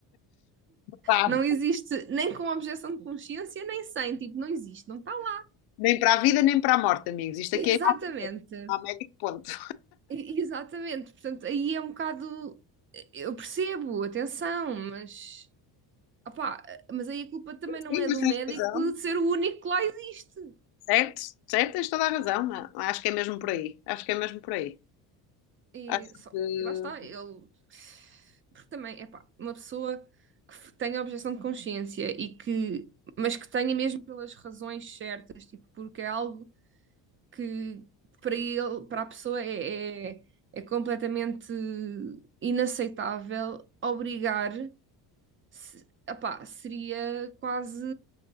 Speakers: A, on the left; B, on the right.
A: sabe?
B: Não existe nem com objeção de consciência, nem sem, tipo, não existe, não está lá.
A: Nem para a vida, nem para a morte, amigos. Isto aqui
B: Exatamente,
A: é a médico ponto.
B: e- exatamente, portanto, aí é um bocado, eu percebo, atenção, mas. Opá, mas aí a culpa também não
A: Sim,
B: é
A: mas
B: do
A: tens
B: médico
A: razão.
B: de ser o único que lá existe.
A: Certo, certo, tens toda a razão. Acho que é mesmo por aí. Acho que é mesmo por aí.
B: E,
A: Acho
B: só-
A: que
B: e lá está, ele. Porque também, é pá, uma pessoa que f- tenha objeção de consciência e que. Mas que tenha mesmo pelas razões certas, tipo, porque é algo que para ele, para a pessoa é, é, é completamente inaceitável obrigar. Se, epá, seria quase